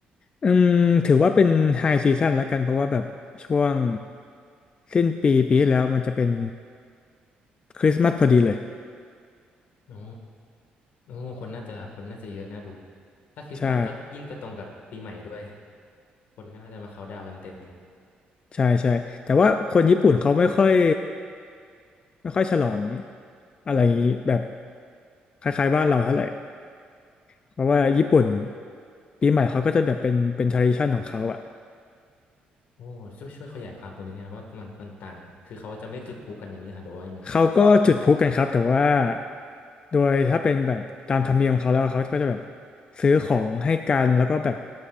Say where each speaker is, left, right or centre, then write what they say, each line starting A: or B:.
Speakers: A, on the left; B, on the left.
A: อืมถือว่าเป็นไฮซีซั่นแล้วกันเพราะว่าแบบช่วงสิ้นปีปีที่แล้วมันจะเป็นคริสต์มาสพอดีเลย
B: โอ้โอ้คนน่าจะคนน่าจะเยอะน่าดูถ้าคริสต์มาสก็ยิ่งไปตรงกับปีใหม่ด้วย
A: ใช่
B: คนก็น่าจะมาเขาน์ดาวน์กันเต็มเลย
A: ใช่ใช่แต่ว่าคนญี่ปุ่นเขาไม่ค่อยไม่ค่อยฉลองอะไรแบบคล้ายๆบ้านเราเท่าไหร่เพราะว่าญี่ปุ่นปีใหม่เขาก็จะแบบเป็นเป็น tradition ของเขาอะ
B: โอ้ช่วยช่วยขยายความตรงนี้นะครับว่ามันมันต่างคือเขาจะไม่จุดพลุกันอย่างนี้ค่ะหรือว่ายังไง
A: เขาก็จุดพลุกันครับแต่ว่าโดยถ้าเป็นแบบตามธรรมเนียมของเขาแล้วเขาก็จะแบบซื้อของให้กันแล้วก็แบบ